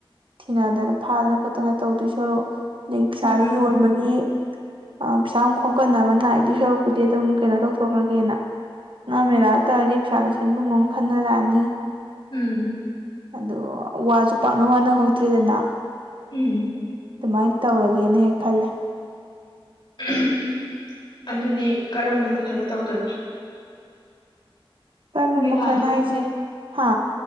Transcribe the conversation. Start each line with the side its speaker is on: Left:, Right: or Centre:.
Right: ꯊꯤꯅꯗꯅ ꯐꯗꯅ ꯈꯣꯠꯇꯅ ꯇꯧꯗꯣꯏ ꯁꯔꯨꯛ <unintelligible> ꯁꯥꯗ
Left: ꯎꯝ
Right: ꯌꯣꯟꯕꯅꯤ ꯌꯦ ꯑꯥ ꯄꯩꯁꯥ ꯑꯃꯨꯛ ꯈꯣꯝꯀꯠꯅꯕ ꯅꯥꯏꯗꯨꯏ ꯁꯔꯨꯛꯄꯨꯗꯤ ꯑꯗꯨꯝ ꯀꯩꯅꯣ ꯇꯧꯊꯣꯛꯈ꯭ꯔꯒꯦꯅ ꯉꯥ ꯃꯦꯂꯥꯗ ꯇꯧꯔꯗꯤ ꯄꯩꯁꯥꯗꯣ ꯁꯦꯟꯕꯨꯟ ꯑꯃ ꯐꯥꯅꯔꯛꯑꯅꯤ
Left: ꯎꯝ
Right: ꯑꯗꯣ ꯋꯥꯁꯨ ꯄꯥꯛꯅ ꯋꯥꯅꯍꯧꯗ꯭ꯔꯦꯗꯅ
Left: ꯎꯝ
Right: ꯗꯨꯃꯥꯏ ꯇꯧꯔꯒꯦꯅ ꯍꯦꯛ ꯈꯜꯂꯦ
Left: <unintelligible> ꯑꯗꯨꯗꯤ ꯀꯔꯝꯕ ꯃꯈꯜꯗ ꯇꯧꯗꯣꯏꯕ
Right: ꯀꯔꯝꯕ
Left: ꯃꯦꯂꯥꯗꯣ
Right: ꯃꯈꯜ ꯍꯥꯏꯖꯦ ꯍꯥ